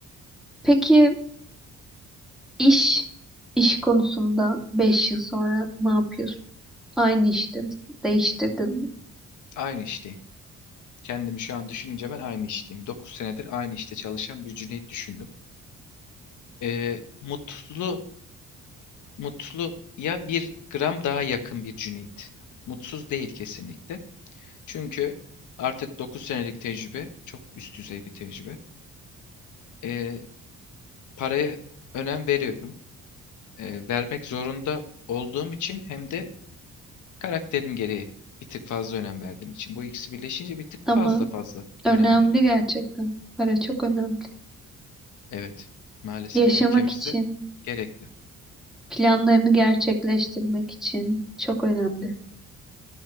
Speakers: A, in the centre; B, on the left.
A: Peki iş iş konusunda beş yıl sonra ne yapıyorsun? Aynı işte misin? Değiştirdin mi?
B: Aynı işteyim. Kendimi şu an düşününce ben aynı işteyim. 9 senedir aynı işte çalışan bir Cüneyt düşündüm. Ee, mutlula mutluya bir gram daha yakın bir Cüneyt. Mutsuz değil kesinlikle. Çünkü artık 9 senelik tecrübe çok üst düzey bir tecrübe. Ee, paraya önem veriyorum. Ee, vermek zorunda olduğum için hem de karakterim gereği bir tık fazla önem verdiğim için. Bu ikisi birleşince bir tık
A: Ama
B: fazla fazla
A: önemli
B: önem veriyorum.
A: gerçekten. Para çok önemli.
B: Evet, maalesef
A: Yaşamak
B: ülkemizde
A: için,
B: gerekli.
A: planlarını gerçekleştirmek için çok önemli.